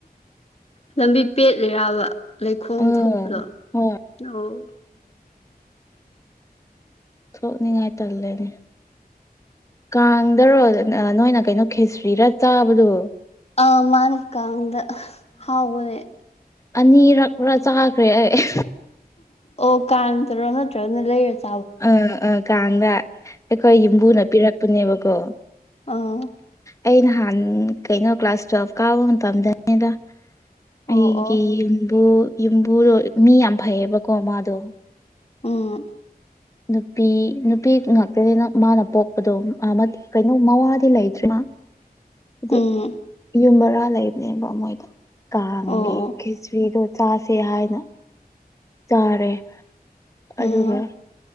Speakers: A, on the left; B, on the left.
A: ꯂꯝꯕꯤ ꯄꯦꯠꯂꯤꯔꯕ ꯂꯩꯈꯣꯝ
B: ꯎꯝ
A: ꯊꯣꯛꯄꯗꯣ
B: ꯍꯣꯏ
A: ꯑꯣ
B: ꯊꯣꯛꯅꯤꯡꯉꯥꯏ ꯇꯜꯂꯦꯅꯦ ꯀꯥꯡꯗꯔꯣ ꯅꯣꯏꯅ ꯀꯩꯅꯣ ꯈꯦꯁꯇ꯭ꯔꯤꯔꯥ ꯆꯥꯕꯗꯣ
A: ꯑ ꯃꯥꯅꯤ ꯀꯗ ꯍꯥꯎꯅꯦꯦ
B: ꯑꯅꯤꯔꯛ ꯄꯨꯔꯥ ꯆꯥꯈ꯭ꯔꯦ ꯑꯩ
A: ꯑꯣ ꯀꯥꯡꯗꯔꯣ ꯅꯠꯇ꯭ꯔꯒꯅ ꯂꯩꯔꯁꯦ
B: ꯑꯥ ꯑꯥ ꯀꯥꯡꯗ ꯑꯩꯈꯣꯏ ꯌꯨꯝꯕꯨꯅ ꯄꯤꯔꯛꯄꯅꯦꯕꯀꯣ
A: ꯑ
B: ꯑꯩ ꯅꯍꯥꯟ ꯀꯩꯅꯣ ꯀ꯭ꯂꯥꯁ ꯇꯨꯋꯦꯜꯐ ꯀꯥꯕ ꯃꯇꯝꯗꯅꯤꯗ ꯑꯩꯒꯤ
A: ꯑꯣ ꯑꯣ
B: ꯌꯝꯕꯨ ꯌꯨꯝꯕꯨꯗꯣ ꯃꯤ ꯌꯥꯝ ꯐꯩꯌꯦꯕꯀꯣ ꯃꯥꯗꯣ
A: ꯎꯝ
B: ꯅꯨꯄꯤ ꯅꯨꯄꯤ ꯉꯥꯛꯇꯅꯤꯅ ꯃꯥꯅ ꯄꯣꯛꯄꯗꯣ ꯀꯩꯅꯣ ꯃꯋꯥꯗꯤ ꯂꯩꯇ꯭ꯔꯦ ꯑꯗꯨ
A: ꯎꯝ
B: ꯌꯨꯝ ꯚꯔꯥ ꯂꯩꯕꯅꯦꯕ ꯃꯣꯏꯗ ꯀꯥꯡꯒꯤ
A: ꯑꯣ ꯑꯣ
B: ꯈꯦꯆ꯭ꯔꯤꯗꯣ ꯆꯥꯁꯦ ꯍꯥꯏꯅ ꯆꯥꯔꯦ
A: ꯎꯝ
B: ꯑꯗꯨꯒ